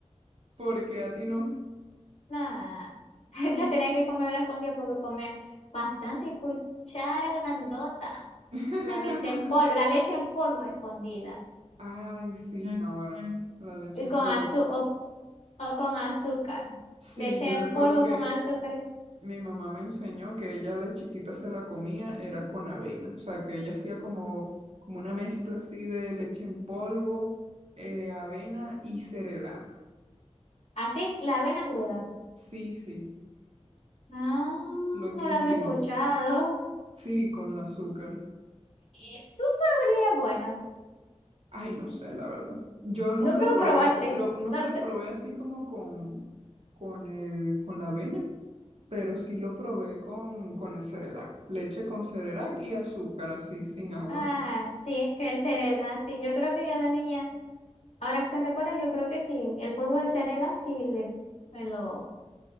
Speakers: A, on the right; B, on the left.
A: <laughs> porque a ti no.
B: Nah, <laughs> ya tenía que comer la escondida porque comía bastante cuchara grandota.
A: <laughs>
B: La leche en polvo, la leche en polvo escondida.
A: Ay, sí, Mm, ahora, mm. la leche
B: Y
A: en
B: con
A: polvo.
B: azúcar o, o con azúcar.
A: Sí,
B: Leche
A: yo
B: en
A: recuerdo
B: polvo
A: que
B: con azúcar.
A: Mi mamá me enseñó que ella de chiquita se la comía, era con avena, o sea, que ella hacía como, como una mezcla así de leche en polvo, eh, avena y cerelac.
B: Así, la avena cruda.
A: Sí, sí,
B: Ah,
A: loquísimo.
B: no lo había escuchado.
A: Sí, con el azúcar.
B: Eso sabría, bueno,
A: Ay, no sé, la verdad. Yo nunca
B: nunca
A: lo
B: lo
A: probé,
B: probaste.
A: lo, nunca
B: No
A: lo
B: te-
A: probé así como con, con el, con la avena, pero sí lo probé con, con el cerelac. Leche con cerelac y azúcar así, sin agua.
B: Ah, sí, es que el cerela, sí, yo creo que yo de niña, ahora que recuerdo, yo creo que sí, el polvo de cerela sí le, me lo,